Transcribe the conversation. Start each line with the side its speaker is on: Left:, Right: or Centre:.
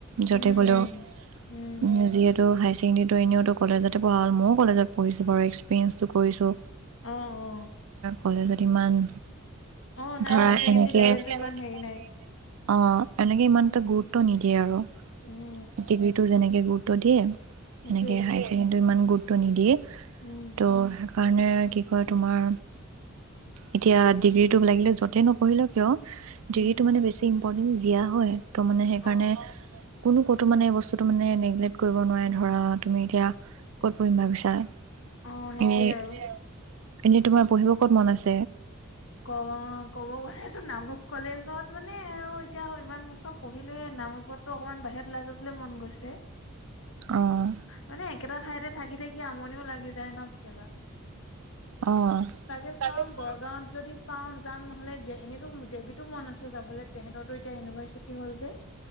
Left: উম
Right: য'তে গ'লেও।
Left: উম উম
Right: উ যিহেতু হাইচ এনেওতো এনেওতো কলেজতে পঢ়া হ'ল, মও কলেজত পঢ়িছোঁ বাৰু এক্স <unintelligible> কৰিছোঁ।
Left: অ অ
Right: কলেজ ইমান!
Left: অ নাই
Right: ধৰা
Left: হায়াৰ ছেকেণ্ডৰী
Right: এনেকে,
Left: লেভেলটো
Right: অ'
Left: ইমান হেৰি নাই
Right: এনেকে ইমান এটা গুৰুত টো নিদিয়ে আৰু।
Left: উম
Right: ডিগ্ৰীটো যেনেকে গুৰুত্ব দিয়ে
Left: সেইটোৱে
Right: এনেকে হাই ছেকেণটো ইমান গুত টো নিদিয়ে।
Left: উম
Right: ত' কাৰণে কি কয় তোমাৰ, এতিয়া ডিগ্ৰীটো লাগিলে য'তেই নপঢ়িলো কিয় ডিগ্ৰী
Left: উম
Right: টো মানে বেছি <unintelligible> জীয়া হয়। ত মানে সেইকাৰণে
Left: অ
Right: কোনো ক'তো মানে বস্তুটো মানে নেগলেক্ট কৰিব নোৱাৰে ধৰা, ‌তুমি এতিয়া ক'ত পঢ়িম ভাৱিছা?
Left: অ অ সেইটোৱে
Right: <unintelligible>
Left: আৰু
Right: এনে তোমাৰ পঢ়িব ক'ত মন আছে?
Left: ক'ব, ক'ব গলে এই নামৰূপ কলেজত মানে আৰু এতিয়া ইমান বছৰ পঢ়িলোৱে নামৰূপততো অকমান বাহিৰত ওলাই যাবলৈ মন গৈছে।
Right: অঁ
Left: মানে একেটা ঠাইতে থাকি থাকি আমনিও লাগি যায় ন <unintelligible>
Right: অ'।
Left: তাকে চাওঁ গড়গাঁৱত যদি পাওঁ যাম, নহ'লে জে এনেতো জে, বি টো মন আছে যাবলৈ তেহেঁতৰতো এতিয়া ইউনিভাৰ্চিটি হ'ল যে,